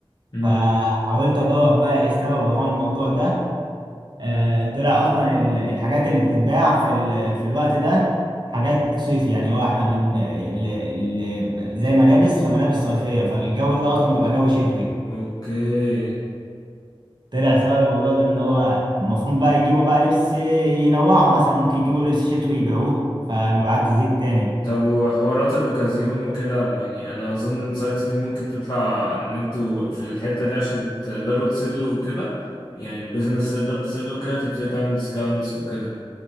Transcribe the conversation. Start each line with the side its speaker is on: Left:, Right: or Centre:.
Left: امم
Right: فحاولت ادور بقى ايه السبب وراء الموضوع ده آه، طلع اصلا ال- الحاجات اللي بتتباع في ال- في الوقت ده حاجات صيفي يعني هو احنا بن ال- ال- زي ملابس فملابس صيفية فالجو ده اصلا بيبقى جو شتوي
Left: اوكي
Right: طلع سبب الموضوع ده ان هو المفروض بقى يجيبوا بقى لبس ينوعوا مثلا ممكن يجيبوا لبس شتوي يبيعوه فالمبيعات تزيد تاني
Left: طب وحوارات الاوكازيون وكده يعني انا اظن الانسايت دي ممكن تطلع ان انتوا في الحتة دي عشان تقدروا تسلوا وكده يعني البيزنس تقدر تسله وكده تبتدي تعمل ديسكاونتس وكده